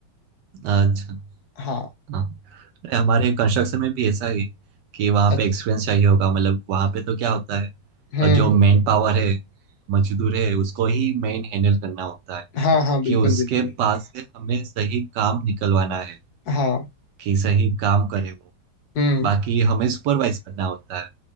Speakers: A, on the right (about 70°); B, on the left (about 65°).
A: अच्छा
B: हाँ
A: हाँ अरे हमारे कंस्ट्रक्शन में भी ऐसा ही कि वहाँ
B: अच्छा
A: पे एक्सपीरियंस चाहिए होगा मतलब वहाँ पे तो क्या होता है
B: हम्म
A: और जो मेन पावर है मजदूर है उसको ही मेन हैंडल करना होता है
B: हाँ हाँ बिल्कुल
A: कि उसके
B: बिल्कुल
A: पास से हमें सही काम निकलवाना है
B: हाँ
A: कि सही काम करे वो
B: हम्म
A: बाकी हमें सुपरवाइज करना होता है